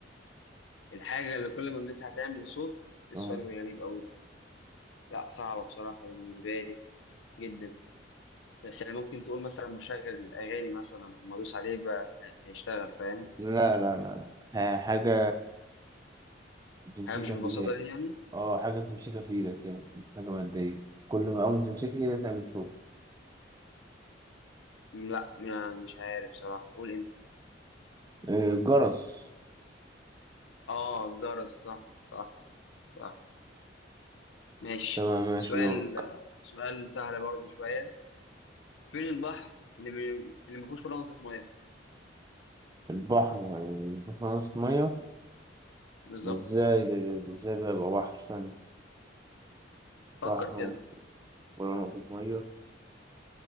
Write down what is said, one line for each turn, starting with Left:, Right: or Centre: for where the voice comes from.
Left: الحاجة اللي كل ما ألمسها هتعمل صوت إيه السؤال
Right: اه
Left: الغريب أوي ده لا صعبة بصراحة بالنسبة لي جدا بس يعني ممكن تقول مثلا مشغل الأغاني مثلا لما أدوس عليه بقى هي- هيشتغل فاهم
Right: لا لا لا لا آه حاجة تمسكها
Left: حاجة مش بالبساطة
Right: في ايدك
Left: دي يعني
Right: اه حاجة تمسكها في ايدك يعني حاجة مادية كل ما أول ما تمسكها كده تعمل صوت
Left: م، لا ما- مش عارف صراحة قول أنت
Right: آه، جرس
Left: اه الجرس صح صح صح ماشي
Right: تمام ماشي
Left: سؤال
Right: دورك
Left: سؤال سهل برضو شوية فين البحر اللي بي... اللي ما فيهوش ولا نقطة مية
Right: البحر يعني مفيهوش نقطة مية
Left: بالظبط
Right: ازاي ده- ده- ازاي بقى يبقى بحر ثاني
Left: فكر
Right: بحر
Left: كده
Right: ولا نقطة مية